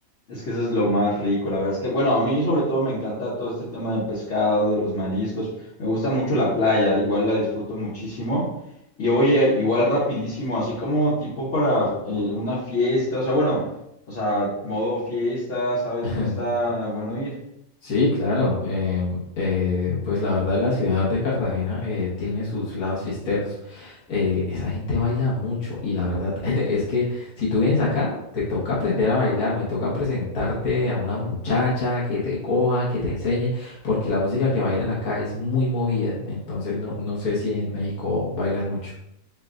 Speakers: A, on the left; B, on the left.
A: Es que eso es lo más rico, la verdad es que, bueno, a mí sobre todo me encanta todo este tema del pescado, de los mariscos, me gusta mucho la playa, igual la disfruto muchísimo. Y oye, igual rapidísimo, así como tipo para eh, una fiesta, o sea, bueno, o sea, modo fiesta, ¿sabes
B: <laughs>
A: dónde está bueno ir?
B: Sí, claro. eh, eh, pues la verdad, la ciudad de Cartagena eh, tiene sus lados fiesteros. eh, esa gente baila mucho y la verdad <laughs> es que si tú vienes acá, te toca aprender a bailar, me toca presentarte a una muchacha que te coja, que te enseñe, porque la música que bailan acá es muy movida. Entonces, no, no sé si en México bailan mucho.